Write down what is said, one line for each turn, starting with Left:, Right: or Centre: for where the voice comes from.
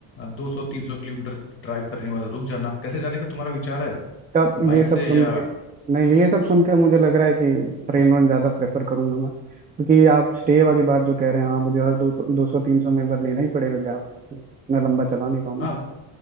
Left: दो सौ तीन सौ किलोमीटर ड्राइव करने के बाद रुक जाना कैसे जाने का तुम्हारा विचार है
Right: तब
Left: बाइक
Right: ये सब
Left: से
Right: सुन
Left: या
Right: के नहीं ये सब सुन के मुझे लग रहा है कि ट्रेन वन ज़्यादा प्रेफर करूंगा मैं क्योंकि आप स्टे वाली बात जो कह रहे हैं हाँ मुझे हर दो दो सौ तीन सौ में एक बार लेना ही पड़ेगा गैप इतना लंबा चला नहीं पाऊंगा
Left: हाँ